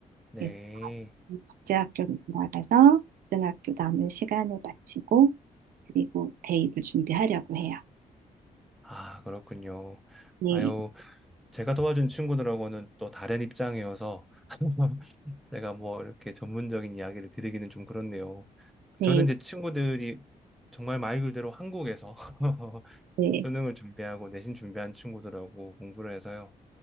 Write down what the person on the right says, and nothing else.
그래서 국제학교로 돌아가서 고등학교 남은 시간을 마치고 그리고 대입을 준비하려고 해요.
네,
네,
네,